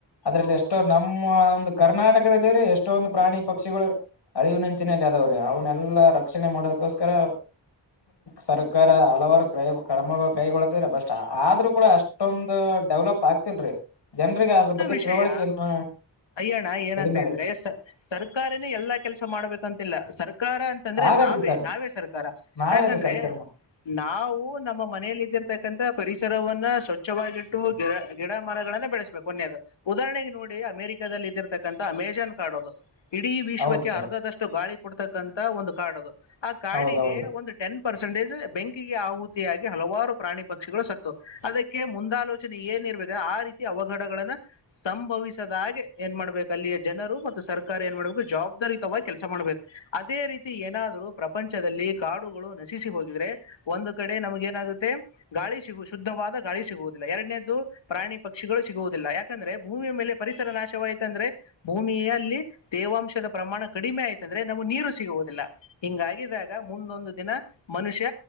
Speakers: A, on the left; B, on the left.
A: ಅದ್ರಲ್ಲಿ
B: ಹೌದು
A: ಎಷ್ಟೋ ನಮ್ಮ ಒಂದು ಕರ್ನಾಟಕದಲ್ಲಿ ರೀ ಎಷ್ಟೊಂದು ಪ್ರಾಣಿ ಪಕ್ಷಿಗಳು ಅಳಿವಿನೆಂಚಿನಲ್ಲಿ ಅದಾವ್ರೀ ಅವನ್ನೆಲ್ಲಾ ರಕ್ಷಣೆ ಮಾಡೋದಕೋಸ್ಕರ ಸರ ಕಾರ ಹಲವಾರು ಕೈ ಕ್ರಮ ಕೈಗಳ್ತ್ರ ಬಸ್ಟ್ ಆದ್ರೂ ಕೂಡ ಅಷ್ಟೊಂದ್ ಡೆವಲಪ್ ಆಗ್ತಿಲ್ರಿ ಜನರಿಗೆ ಅದ್ರ
B: ಒಂದು
A: ಬಗ್ಗೆ
B: ವಿಷಯ
A: ತಿಳುವಳಿಕೆ ಇನ್ನು
B: ಅಯ್ಯಣ ಏನಾಗ್ತದೆ
A: ಕಡಿಮೆ ಆದ್ರಿ
B: ಅಂದ್ರೆ ಸರ್ಕಾರನೇ ಎಲ್ಲಾ ಕೆಲಸ ಮಾಡ್ಬೇಕಂತಿಲ್ಲ ಸರ್ಕಾರ ಸರ್ಕಾರ ಅಂತಂದ್ರೆ
A: ಆಗದ್ರಿ
B: ನಾವೇ
A: ಸರ್
B: ನಾವೇ ಸರ್ಕಾರ
A: ನಾವೇ
B: ಯಾಕಂದ್ರೆ
A: ರೀ ಸರ್ ಕರ್ಮ
B: ನಾವು ನಮ್ಮ ಮನೆಯಲ್ಲಿ ಇದ್ದಿರ್ತಕ್ಕಂತಥ ಪರಿಸರವನ್ನ ಸ್ವಚ್ಛವಾಗಿಟ್ಟು ಗಿಡ ಗಿಡ ಮರಗಳನ್ನ ಬೆಳೆಸ ಪನ್ಯದ ಉದಾಹರಣೆಗೆ ನೋಡಿ ಅಮೆರಿಕದಲ್ಲಿ ಇದ್ದಿರ್ತಕ್ಕಂಥ ಅಮೆಜಾನ್ ಕಾಡೋದು ಇಡೀ ವಿಶ್ವಕ್ಕೆ
A: ಹೌದ್ ಸರ್
B: ಅರ್ಧದಷ್ಟು ಗಾಳಿ ಕೊಡ್ತಕ್ಕಂತ ಒಂದು ಕಾರ್ಡ್ ಅದು ಆ ಕಾಡಿಗೆ
A: ಹೌದೌದ್ರೀ
B: ಒಂದು ಟೆನ್ ಪರ್ಸೆಂಟೇಜ್ ಬೆಂಕಿಗೆ ಆಹುತಿಯಾಗಿ ಹಲವಾರು ಪ್ರಾಣಿ ಪಕ್ಷಿಗಳು ಸತ್ತು ಅದಕ್ಕೆ ಮುಂದಾಲೋಚನೆ ಏನಿರಬೇಕಿದೆ ಆ ರೀತಿ ಅವಘಡ ಸಂಭವಿಸದಾಗೆ ಏನ್ ಮಾಡ್ಬೇಕು ಅಲ್ಲಿಯ ಜನರು ಮತ್ತು ಸರ್ಕಾರ ಏನ್ ಮಾಡ್ಬೇಕು ಜವಾಬ್ದಾರುತವಾಗಿ ಕೆಲಸ ಮಾಡ್ಬೇಕು ಅದೇ ರೀತಿ ಏನಾದರೂ ಪ್ರಪಂಚದಲ್ಲಿ ಕಾಡುಗಳು ನಶಿಸಿ ಹೋಗಿದ್ರೆ ಒಂದು ಕಡೆ ನಮ್ಗೆ ಏನಾಗುತ್ತೆ ಗಾಳಿ ಸಿಗುವ ಶುದ್ಧವಾದ ಗಾಳಿ ಸಿಗುವುದಿಲ್ಲ ಎರಡನೇದು ಪ್ರಾಣಿ ಪಕ್ಷಿಗಳು ಸಿಗುವುದು ಇ ಯಾಕಂದ್ರೆ ಭೂಮಿಯ ಮೇಲೆ ಪರಿಸರ ನಾಶವಾಯಿತು ಅಂದ್ರೆ ಭೂಮಿಯಲ್ಲಿ ತೇವಾಂಶದ ಪ್ರಮಾಣ ಕಡಿಮೆ ಆಯ್ತು ಅಂದ್ರೆ ನಮಗೆ ನೀರು ಸಿಗುವುದಿಲ್ಲ ಹಿಂಗಾಗಿದಾಗ ಮುಂದೊಂದು ದಿನ ಮನುಷ್ಯ